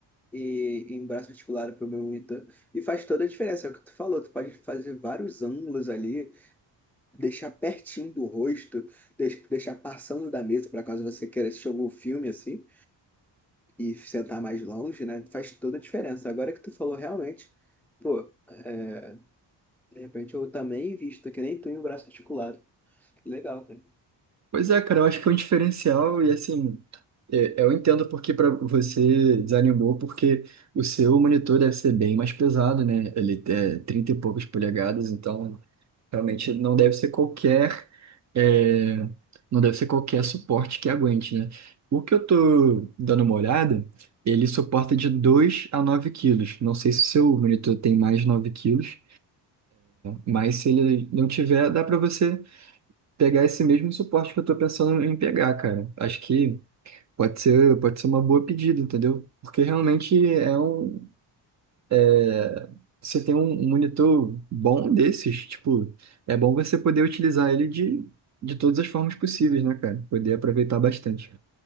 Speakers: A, in the centre; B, on the right.
A: E em braço articulado para o meu monitor. E faz toda a diferença, é o que tu falou, tu pode fazer vários ângulos ali, deixar pertinho do rosto, deix- deixar passando da mesa para caso você queira assistir algum filme assim e sentar mais longe, né? Faz toda a diferença. Agora que tu falou realmente, pô, é, de repente eu também invisto, que nem tu em um braço articulado. Que Legal, cara.
B: Pois é, cara, eu acho que é um diferencial e assim, é, é, eu entendo porque para você desanimou, porque o seu monitor deve ser bem mais pesado, né? Ele é 30 e poucas polegadas, então realmente não deve ser qualquer, é, não deve ser qualquer suporte que aguente, né? O que eu tô dando uma olhada, ele suporta de 2 a 9 quilos. Não sei se o seu monitor tem mais de 9 quilos, mas se ele não tiver, dá para você pegar esse mesmo suporte que eu tô pensando em pegar, cara. Acho que pode ser, pode ser uma boa pedida, entendeu? Porque realmente é um, é, você tem um um monitor bom desses, tipo, é bom você poder utilizar ele de, de todas as formas possíveis, né, cara? Poder aproveitar bastante.